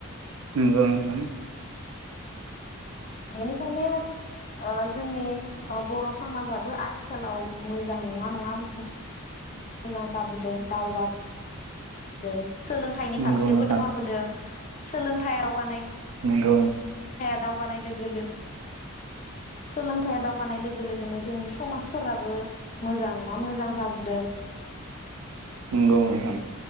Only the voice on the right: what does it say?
नंगौ नोंथां
नंगौ
नोंथां
नंगौ
नंगौ नोथां